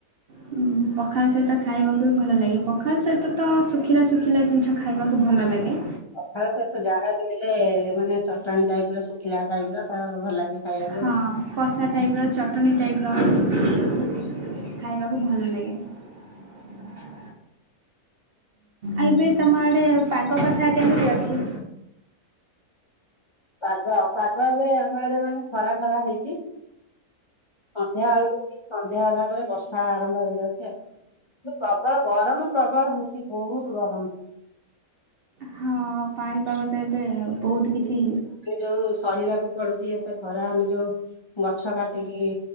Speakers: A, on the right (about 60°); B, on the left (about 50°).
A: ହୁଁ। ପଖାଳ ସହିତ ଖାଇବାକୁ ବି ଭଲ ଲାଗେ ପଖାଳ ସହିତ ତ ଶୁଖିଲା ଶୁଖିଲା ଜିନିଷ ଖାଇବାକୁ ଭଲ ଲାଗେ।
B: ପଖାଳ ସହିତ ଯାହା ବି ହେଲେ ମାନେ ଚଟଣି ଟାଇପର ଶୁଖିଲା ଟାଇପର ତ ଭଲ ଲାଗେ। ଖାଇବାକୁ
A: ହଁ।
B: ଆଉ।
A: କଷା ଟାଇପର ଚଟଣି ଟାଇପର ଖାଇବାକୁ ଭଲ ଲାଗେ। <inaudible> ଏବେ ତମ ଆଡେ ପାଗ କଥା କେମିତି ଅଛି।
B: ପାଗ ପାଗ ଏବେ ଆମ ଆଡେ ମାନେ ଖରା ଖରା ହେଇଛି। ସନ୍ଧ୍ୟାବେଳକୁ ଠିକ ସନ୍ଧ୍ୟା ହେଲା ପରେ ବର୍ଷା ଆରମ୍ଭ ହେଇଯାଉଛି ଆଉ। କିନ୍ତୁ ପ୍ରବଳ ଗରମ ପ୍ରବଳ ହଉଛି ବହୁତ ଗରମ।
A: ହଁ ପାଣିପାଗ ତ ଏବେ ବହୁତ କିଛି
B: ଯଉ ସହିବାକୁ ପଡୁଛି ଏତେ ଖରା ଆମେ ଯଉ ଗଛ କାଟିକି